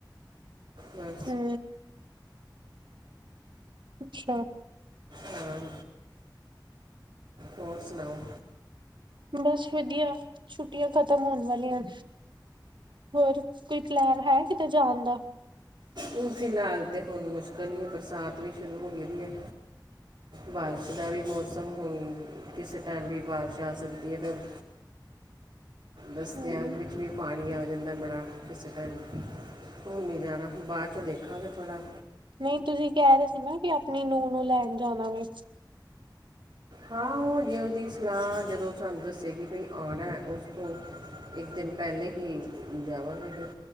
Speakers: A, on the right; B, on the right.
A: ਹਾਂ।
B: ਹੂੰ। ਅੱਛਾ।
A: ਹਾਂ, ਹੋਰ ਸੁਣਾਓ?
B: ਬਸ ਵਧੀਆ ਛੁੱਟੀਆਂ ਖ਼ਤਮ ਹੋਣ ਵਾਲੀਆਂ। ਹੋਰ ਕੋਈ ਪਲੈਨ ਹੈ ਕਿਤੇ ਜਾਣ ਦਾ?
A: ਹੁਣ ਫਿਲਹਾਲ ਤੇ ਹੁਣ ਮੁਸ਼ਕਿਲ ਈ ਐ ਬਰਸਾਤ ਵੀ ਸ਼ੁਰੂ ਹੋਗੀ ਦੀ ਐ। ਬਾਰਿਸ਼ ਦਾ ਵੀ ਮੌਸਮ ਹੁਣ ਕਿਸੇ ਟਾਈਮ ਵੀ ਬਾਰਿਸ਼ ਆ ਸਕਦੀ ਏ ਫੇਰ ਬਸ
B: ਹੂੰ
A: ਤਿਆਗ ਵਿੱਚ ਵੀ ਪਾਣੀ ਆ ਜਾਂਦੈ ਬੜਾ ਕਿਸੇ ਟਾਈਮ ਹੁਣ ਨੀ ਜਾਣਾ ਬਾਅ ਚੋਂ ਦੇਖਾਂਗੇ ਥੋੜਾ
B: ਨਈ ਤੁਸੀਂ ਕੈ ਰੇ ਸੀ ਨਾ ਕਿ ਆਪਣੀ ਨੂੰ-ਨੂੰ ਲੈਣ ਜਾਣਾ ਵੇ।
A: ਹਾਂ ਓ ਜੇ ਉਦੀ ਸਲਾਅ ਜਦੋਂ ਸਾਨੂੰ ਦੱਸੇਗੀ ਬਈ ਆਣੈ ਉਸ ਤੋਂ ਇੱਕ ਦਿਨ ਪੈਲੇ ਹੀ ਜਾਵਾਂਗੇ ਫੇਰ।